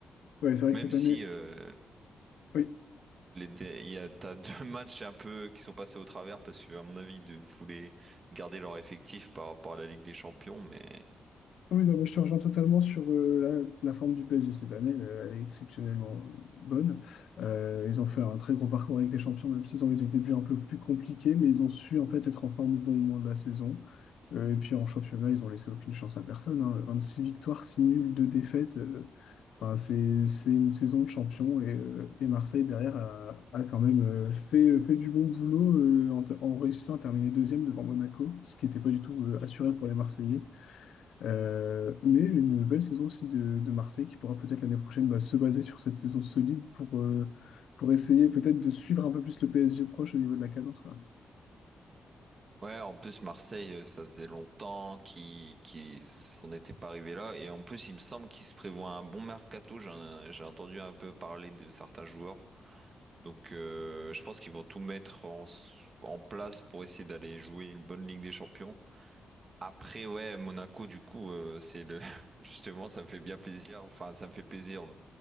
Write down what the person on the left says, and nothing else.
Ouais, c'est vrai
que cette
année...
Oui.
Ah Oui, non, moi, je te rejoins totalement sur euh, la, la forme du PSG cette année. Elle, elle est exceptionnellement euh, bonne. Euh, ils ont fait un très gros parcours avec les champions, même s'ils ont eu des débuts un peu plus compliqués, mais ils ont su en fait être en forme au bon moment de la saison. Euh, et puis en championnat, ils ont laissé aucune chance à personne. hein. six victoires, 6 nuls, 2 défaites. Euh, Enfin, c'est, c'est une saison de champion. Et, euh, et Marseille, derrière, a, a quand même euh, fait, fait du bon boulot euh, en, te- en réussissant à terminer deuxième devant Monaco, ce qui n'était pas du tout euh, assuré pour les Marseillais. Euh, mais une belle saison aussi de, de Marseille qui pourra peut-être l'année prochaine bah, se baser sur cette saison solide pour, euh, pour essayer peut-être de suivre un peu plus le PSG proche au niveau de la cadence, quoi.